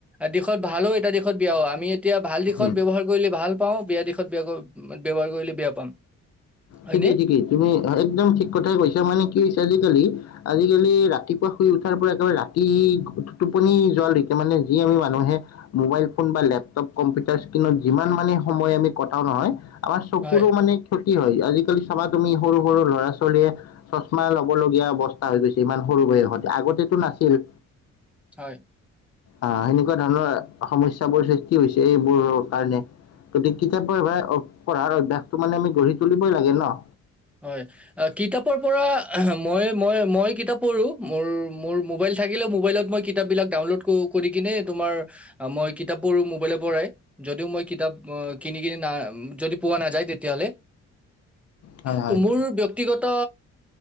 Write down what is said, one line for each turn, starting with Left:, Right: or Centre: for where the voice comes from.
Centre: দিশত ভালো এটা দিশত বিয়াও! আমি এতিয়া ভাল দিশত
Left: হুম,
Centre: ব্যৱহাৰ কৰিলে ভাল পাওঁ! বিয়া দিশত বেয়া ব্যৱহাৰ কৰিলে বেয়া পাম! হয়নে
Left: ঠিকেই, ঠিকেই! তুমি একদম ঠিক কথাই কৈছা মানে কি হৈছে আজিকালি আজিকালি ৰাতিপুৱা শুই উঠাৰ পৰা একেবাৰে ৰাতি টোপনি যোৱালৈকে মানে যি আমি মানুহে মোবাইল ফোন বা লেপটপ কম্পিউটাৰ স্ত্ৰীণত যিমান মানে সময় আমি কটাওঁ নহয় আমাৰ চকুৰো
Centre: হয়
Left: মানে ক্ষতি হয়! আজিকালি চাবা তুমি সৰু, সৰু ল'ৰা ছোৱালীয়ে চশমা লবলগীয়া অৱস্থা হৈ গৈছে ইমান সৰু বয়সতে, আগতেতো নাছিল।
Centre: হয়।
Left: অ' সেনেকুৱা ধৰণৰ সমস্য বোৰ সৃষ্টি হৈছে এইবোৰৰ কাৰণে। গতিকে কিতাপ পঢ় পঢ়াৰ অভ্যাসটো মানে আমি গঢ়ি তুলিবই লাগে ন?
Centre: হয়। অ' কিতাপৰ পৰা মই মই মই কিতাপ পঢ়ো মোৰ মোৰ মোবাইল থাকিলেও মোবাইলত মই কিতাপ বিলাক ডাউনলোড কৰি কিনে তোমাৰ মই কিতাপ পঢ়ো। মোবাইলৰ পৰাই, যদিও মই কিতাপ কিনি কিনি না যদি পোৱা নাযায় তেতিয়াহলে।
Left: হয়
Centre: ত
Left: হয়
Centre: মোৰ ব্যক্ত ব্যক্তিগত